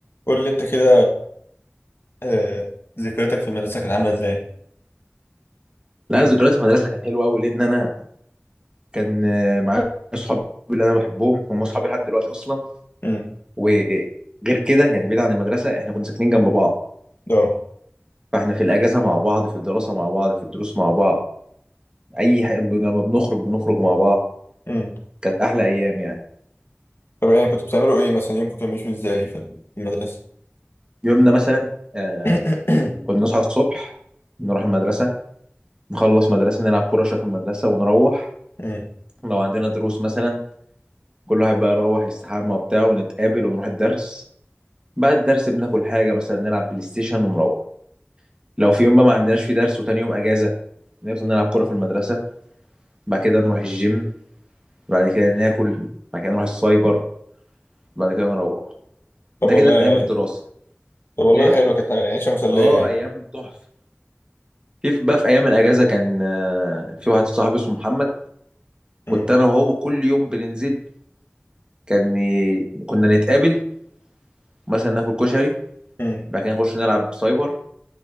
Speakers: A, on the left; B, on the right.
A: قول لي انت كده آه، ذكرياتك في المدرسة كانت عاملة ازاي؟
B: لا ذكريات في المدرسه كانت حلوه قوي لان انا كان آه، معايا اصحابي اللي انا بحبهم هم اصحابي لحد دلوقتي اصلا
A: امم
B: وغير كده يعني بعيد عن المدرسه احنا كنا ساكنين جنب بعض
A: اه
B: فاحنا في الاجازه مع بعض في الدراسه مع بعض في الدروس مع بعض اي حاجه لما بنخرج بنخرج مع بعض
A: امم
B: كانت احلى ايام يعني
A: طب يعني كنتوا بتعملوا ايه مثلا يومكم كان ماشي ازاي في في المدرسة؟
B: يومنا مثلا آه
A: <coughs>
B: كنا نصحى الصبح نروح المدرسه نخلص مدرسه نلعب كوره شويه في المدرسه ونروح
A: امم
B: لو عندنا دروس مثلا كل واحد بقى يروح يستحمى وبتاع ونتقابل ونروح الدرس بعد الدرس بناكل حاجة مثلا نلعب بلاي ستيشن ونروح لو في يوم بقى ما عندناش في درس وتاني يوم أجازة نفضل نلعب كورة في المدرسة بعد كده نروح الجيم بعد كده ناكل بعد كده نروح السايبر بعد كده نروح
A: طب
B: ده
A: والله
B: كده في أيام الدراسة
A: طب والله
B: إيه؟
A: حلوة كانت عيشة مسلية
B: آه
A: يعني
B: أيام تحفة في في- بقى في أيام الأجازة كان آه، في واحد صاحبي اسمه محمد كنت
A: امم
B: أنا وهو كل يوم بننزل كان ي- كنا نتقابل مثلا ناكل كشري
A: امم
B: بعد كده نخش نلعب سايبر